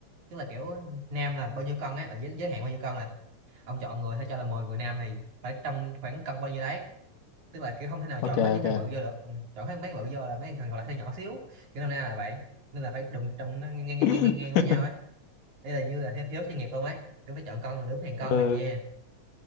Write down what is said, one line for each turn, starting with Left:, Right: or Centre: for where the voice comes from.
Right: tức là kiểu nam là bao nhiêu cân á là giới, giới hạn bao nhiêu cân là ông chọn người thôi cho là 10 người nam này phải trong khoảng cân bao nhiêu đấy tức là kiểu không thể nào
Left: Ok
Right: chọn
Left: ok.
Right: hết những thằng bự vô được Ừ, chọn hết mấy bự vô là mấy thằng còn lại hơi nhỏ xíu cái năm nay là vậy nên là phải đụng trong nó ngang ngang
Left: <laughs>
Right: ngang ngang ngang với nhau ấy đây là như là hiếu, hiếu chuyên nghiệp luôn ấy tôi phải chọn con là đúng hàng con
Left: ừ,
Right: này kia